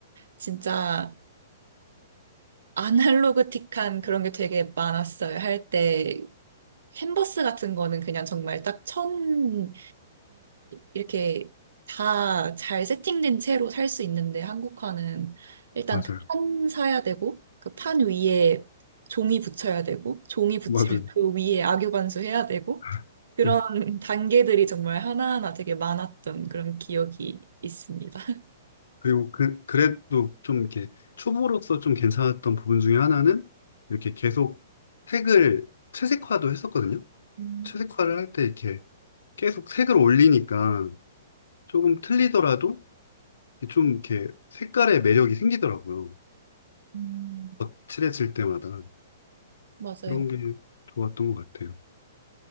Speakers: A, on the right; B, on the left.
A: 진짜 아날로그틱한 그런 게 되게 많았어요. 할 때 캔버스 같은 거는 그냥 정말 딱 천이 이렇게 다 잘 세팅된 채로 살 수 있는데 한국화는 일단
B: 맞아요.
A: 그 판 사야 되고 그 판 위에 종이 붙여야 되고 종이 붙이면
B: 맞아요.
A: 그 위에 악유반수 해야 되고
B: <laughs>
A: 그런 <laughs> 단계들이 정말 하나하나 되게 많았던 그런 기억이 있습니다.
B: 그리고 그, 그래도 좀 이렇게 초보로서 좀 괜찮았던 부분 중에 하나는 이렇게 계속 색을 채색화도 했었거든요.
A: 음,
B: 채색화를 할 때 이렇게 계속 색을 올리니까 조금 틀리더라도 좀 이렇게 색깔의 매력이 생기더라고요.
A: 음,
B: 거칠해질 때마다.
A: 맞아요.
B: 그런 게 좋았던 것 같아요.